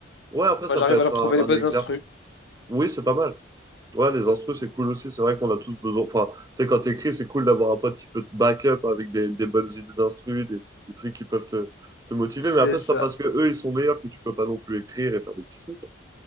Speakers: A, on the right; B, on the left.
A: Ouais, après, ça
B: Moi, j'arrive
A: peut être
B: à leur
A: un,
B: trouver les
A: un
B: bonnes
A: exercice.
B: instrus.
A: Oui, c'est pas mal. Ouais, les instrus, c'est cool aussi. C'est vrai qu'on a tous besoin. Enfin, tu sais, quand t'écris, c'est cool d'avoir un pote qui peut te back up avec des, des bonnes idées d'instrus, des, des trucs qui peuvent te, te motiver.
B: C'est
A: Mais après,
B: ça.
A: c'est pas parce que eux, ils sont meilleurs que tu peux pas non plus écrire et faire des petits trucs.